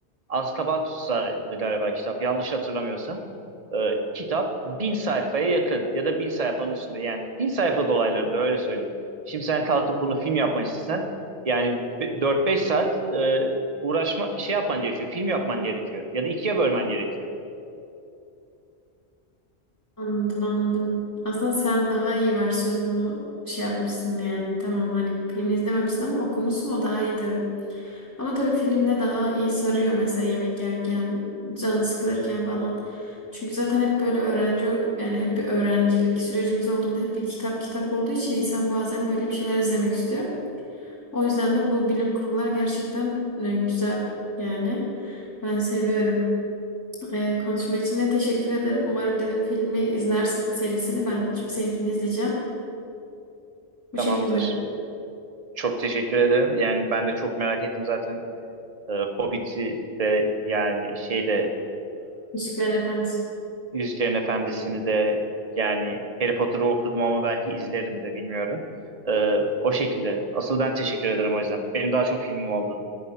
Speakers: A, on the right (about 35°); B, on the left (about 15°).
A: Azkaban Tutsağı'ydı galiba kitap yanlış hatırlamıyorsam. Ee, kitap bin sayfaya yakın ya da bin sayfanın üstünde yani bin sayfa dolaylarında öyle söyleyeyim. Şimdi sen kalkıp bunu film yapmak istesen yani be- 4-5 saat e, uğraşma şey yapman gerekiyor film yapman gerekiyor ya da ikiye bölmen gerekiyor.
B: Anladım anladım. Aslında sen daha iyi versiyonunu şey yapmışsın yani. Tamam hani filmi izlememişsin ama okumuşsun o daha iyi tabii. Ama tabii filmde daha iyi sarıyor mesela yemek yerken, can sıkılırken falan. Çünkü zaten hep böyle öğrenci yani hep bir öğrencilik sürecimiz olduğunda hep bir kitap kitap olduğu için insan bazen böyle bir şeyler izlemek istiyor. O yüzden de bu bilim kurgular gerçekten e, güzel yani. Ben seviyorum. Ee, konuşma için de teşekkür ederim. Umarım dedim filmi izlersin serisini ben çünkü seninkini izleyeceğim. Bu
A: Tamamdır.
B: şekilde.
A: Çok teşekkür ederim. Yani ben de çok merak ettim zaten e, Hobbit'i de yani şeyde
B: Müziklerin efendim.
A: Yüzüklerin Efendisi'ni de yani Harry Potter'ı okudum ama belki izlerim de bilmiyorum. Ee, o şekilde. Asıl ben teşekkür ederim o yüzden. Benim daha çok filmim oldu.